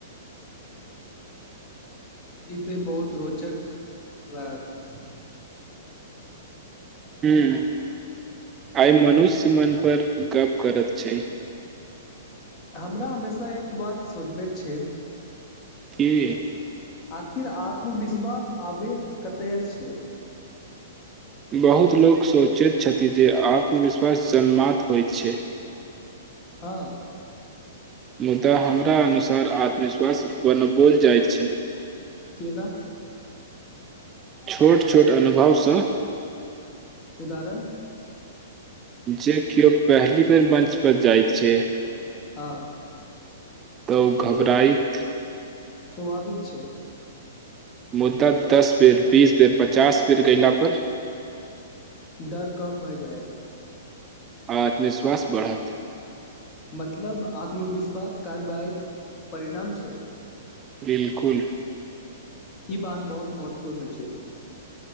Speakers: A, on the left; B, on the right.
A: ई तऽ बहुत रोचक लागत
B: ह आइ मनुष्य मन पर गप्प करैत छै
A: हमरा हमेशा एक बात सोचबे छै
B: की
A: आखिर आत्मविश्वास आबैत कतय से छै
B: बहुत लोक सोचैत छथि जे आत्मविश्वास जन्मात होइत छै
A: हँ
B: मुदा हमरा अनुसार आत्मविश्वास बनबोल जाइत छै
A: केना
B: छोट छोट अनुभवसँ
A: उदाहरण
B: जे केयो पहिली बेर मञ्च पर जाइत छै
A: हँ
B: तऽ ओ घबराइत
A: स्वभाविक छै
B: मुद्दत दस बेर बीस बेर पचास बेर कयला पर
A: डर कम भए जायत
B: आत्मविश्वास बढ़त
A: मतलब आत्मविश्वास कारबाहक परिणाम छै
B: बिलकुल
A: ई बात बहुत महत्वपूर्ण छैय।